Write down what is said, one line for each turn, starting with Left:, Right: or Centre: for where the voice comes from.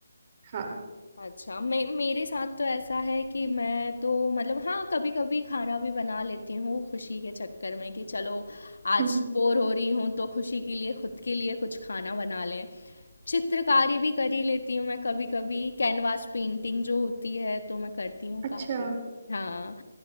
Right: हाँ
Left: अच्छा मैं मेरे साथ तो ऐसा है कि मैं तो मतलब हाँ कभी कभी खाना भी बना लेती हूँ खुशी के चक्कर में कि चलो आज
Right: हम्म,
Left: बोर हो रही हूँ तो खुशी के लिए खुद के लिए कुछ खाना बना लें चित्रकारी भी कर ही लेती हूँ मैं कभी कभी कैनवास पेंटिंग जो होती है तो मैं करती हूँ
Right: अच्छा
Left: काफ़ी हाँ